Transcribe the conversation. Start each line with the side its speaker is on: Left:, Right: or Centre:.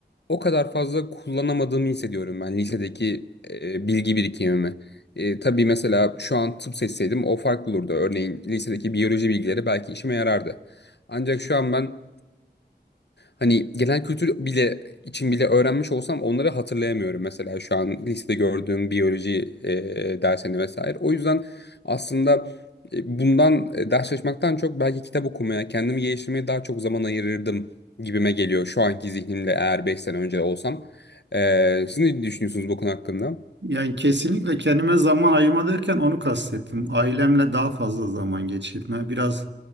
Left: o kadar fazla kullanamadığımı hissediyorum ben lisedeki e, bilgi birikimimi. E, tabii mesela şu an tıp seçseydim o farklı olurdu. Örneğin lisedeki biyoloji bilgileri belki işime yarardı. Ancak şu an ben hani genel kültür bile için bile öğrenmiş olsam onları hatırlayamıyorum. Mesela şu an lisede gördüğüm biyoloji e, dersini vesaire. O yüzden aslında e, bundan e, ders çalışmaktan çok belki kitap okumaya, kendimi geliştirmeye daha çok zaman ayırırdım gibime geliyor. Şu anki zihnimle eğer 5 sene önce olsam. E, siz ne düşünüyorsunuz bu konu hakkında?
Right: Yani kesinlikle kendime zaman ayırma derken onu kastettim. Ailemle daha fazla zaman geçirme, biraz